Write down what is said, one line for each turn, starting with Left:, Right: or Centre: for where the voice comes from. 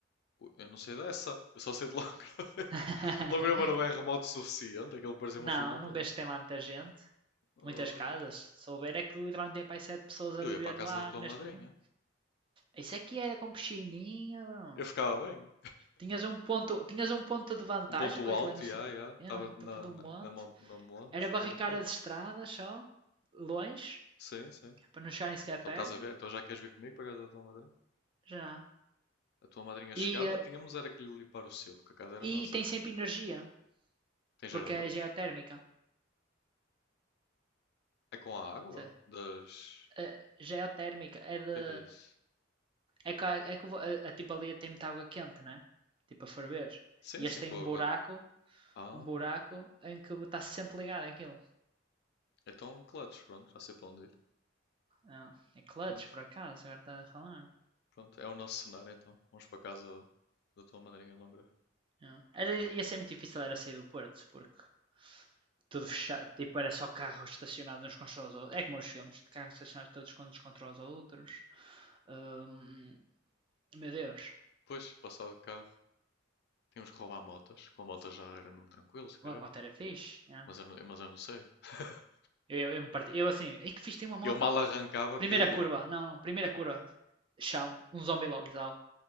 Left: eu não sei dessa. Eu só sei de Longreva. <laughs>
Right: <laughs>
Left: Longreva não é <laughs> remoto o suficiente. Aquilo parecia-me
Right: não,
Left: o fim do mundo.
Right: não vejo que tem lá muita gente.
Left: Ah,
Right: Muitas casas. Se souber é que literalmente tem para aí sete pessoas
Left: eu
Right: a viver
Left: ia para a casa
Right: lá
Left: da tua
Right: neste
Left: madrinha.
Right: mundo. Isso é que era com piscininha, bro.
Left: Eu ficava bem.
Right: Tinhas um ponto, tinhas um ponto de vantagem,
Left: Um ponto
Right: porque
Left: alto,
Right: aquilo é no,
Left: e
Right: c-
Left: já, já. Estava
Right: é no topo
Left: na,
Right: do
Left: na,
Right: monte.
Left: na mon- no monte.
Right: Era
Left: Estava
Right: barricar
Left: top.
Right: as estradas só, longe,
Left: Sim, sim.
Right: para não chegarem sequer
Left: Então
Right: perto.
Left: estás a ver? Então já queres vir comigo para a casa da tua madrinha?
Right: Já.
Left: A tua madrinha
Right: E,
Left: chegava,
Right: eh,
Left: tínhamos era que lhe limpar o sebo, porque a casa era
Right: e
Left: nossa.
Right: tem sempre energia,
Left: Tem
Right: porque
Left: geradores?
Right: é geotérmica.
Left: É com a água?
Right: Se-
Left: Das.
Right: eh, geotérmica é de.
Left: O que é que é isso?
Right: É que, é que o- a, a- tipo ali tem muita água quente, né? Tipo a ferver.
Left: Sim,
Right: E
Left: sim,
Right: este
Left: com
Right: tem um
Left: a água.
Right: buraco
Left: Ah,
Right: um buraco em que está sempre ligado aquilo.
Left: então clutch, pronto, já sei para onde ir.
Right: Ah, é clutch,
Left: Pronto,
Right: por acaso, agora está a falar.
Left: pronto, é o nosso cenário então. Vamos para a casa da tua madrinha longa.
Right: Ah. Era, ia ser muito difícil era sair do Porto, porque tudo
Left: É.
Right: fechado, tipo, era só carros estacionados uns contra os outros. É como os filmes, de carros estacionados todos uns contra os outros. Hum, meu Deus,
Left: Pois, passar de carro, tínhamos que roubar motas. Com a mota já era mesmo tranquilo, se calhar.
Right: a moto era fixe. yeah.
Left: Mas eu, não- mas eu não sei. <laughs>
Right: Eu, eu, eu me parti, eu assim, ei que fixe, tem uma moto.
Left: Eu mal arrancava,
Right: Primeira
Left: caía.
Right: curva, não, não, primeira curva. Chão, um zombie logo, zau.